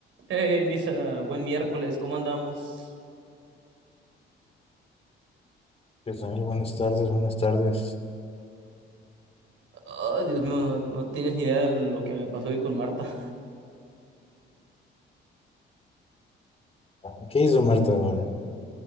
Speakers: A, on the right; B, on the left.
A: Hey, Misa, buen miércoles, ¿cómo andamos?
B: ¿Qué tal? Buenas tardes, buenas tardes.
A: Ay, Dios mío, no, no tienes ni idea de lo que me pasó hoy con Marta.
B: Ah, ¿Qué hizo Marta ahora?